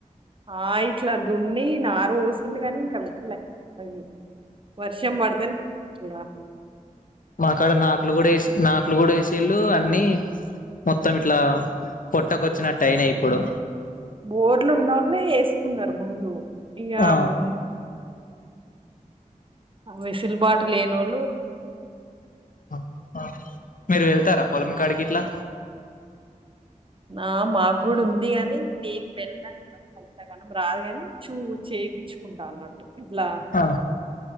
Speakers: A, on the right; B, on the left.
A: ఆ ఇట్లా దున్ని నాబోసిండు గాని ఇంకా పెట్టలే అది వర్షం బ్యాడ్తేనే చూడా
B: మాక్కడ నట్లు కూడా వే నట్లు కూడా వేసి చెల్లు అన్ని మొత్తం ఇట్లా పొట్టకొచ్చినట్టు ఐనియ్ ఇప్పుడు
A: బోర్లు ఉన్న వాళ్ళ వేసుకున్నారు ముందు ఇక
B: ఆ
A: ఉ ఆ వెసులుబాటు లేనోళ్ళు
B: ఆ మీరు వెళ్తారా పొలం కాడికి ఇట్లా
A: ఆ మాగుడుఉంది గాని నేను వెళ్తాను ఎంతగానం రాదుగాని చూ చేయించుకుంటా అన్నట్టు ఇట్లా
B: ఆ